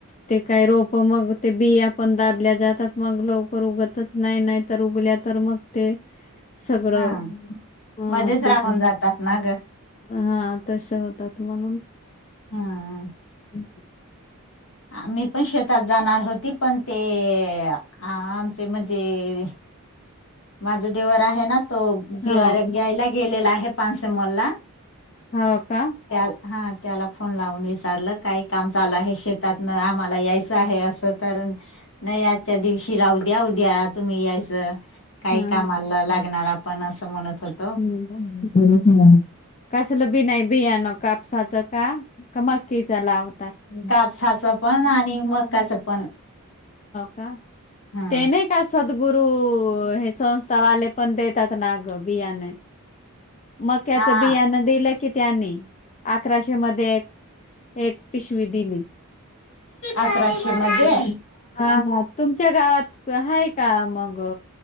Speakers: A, on the left; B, on the left.
A: ते काय रोप मग ते बिया पण दाबल्या जातात मग लवकर उगतच नाही नाही तर उगल्या तर मग ते. सगळं
B: हा
A: ह
B: मध्येच
A: पीक.
B: राहून जातात ना ग
A: हा तसे होतात म्हणून.
B: हम
A: <inaudible>
B: आम्ही पण शेतात जाणार होती पण ते आमचे म्हणजे. माझं देवर आहे ना तो बियाण
A: हो
B: घ्यायला गेलेला आहे पानसे मॉलला
A: हो का?
B: त्या हा त्याला फोन लावून विचारलं काही काम चालू आहे शेतातन आम्हाला यायचं आहे असं. कारण, नाही आजच्या दिवशी राहू द्या उद्या तुम्ही यायचं. काही
A: हा
B: कामाला लागणार आपण असं म्हणत होत.
A: हम कसलं बि नाही बियाणं कापसाचं का? मकीचा लाव.
B: कापसाचं पण आणि मकाचं पण.
A: का?
B: हा
A: ते नाही का सद्गुरु हे संस्थावाले पण देतात ना ग. बियाण मक्याचं
B: हा
A: बियाण दिल. किती आणली अकराशे मध्ये एक पिशवी दिली.
B: अकराशे मध्ये
A: हा तुमच्या गावात आहे का मग.